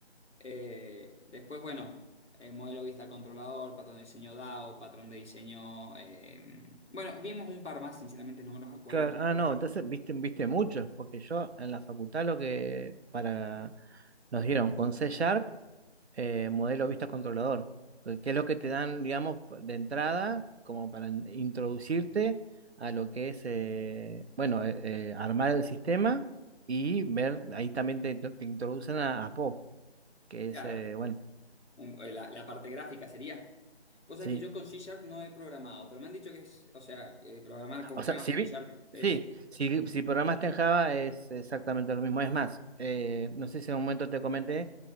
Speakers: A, on the left (about 85°); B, on the right (about 70°).
A: Eh, después, bueno, eh, modelo vista controlador, patrón de diseño DAO, patrón de diseño. eh, bueno, vimos un par más, sinceramente no me los acuerdo
B: Claro,
A: todos
B: ah,
A: porque,
B: no, entonces viste, viste muchos, porque yo en la facultad lo que para nos dieron con C Sharp eh, modelo vista controlador, que que es lo que te dan, digamos, p- de entrada, como para in- introducirte a lo que es, eh, bueno, eh, eh, armar el sistema y ver, ahí también te, te introducen a, a Po, que es,
A: claro,
B: eh, bueno,
A: un- eh, la, la parte gráfica sería. Vos
B: sí.
A: sabés que yo con C Sharp no he programado, pero me han dicho que es, o sea, eh, programar con
B: O
A: Java,
B: sea, si vi-
A: C Sharp es.
B: sí, si, si programaste en Java es exactamente lo mismo. Es más, eh, no sé si en un momento te comenté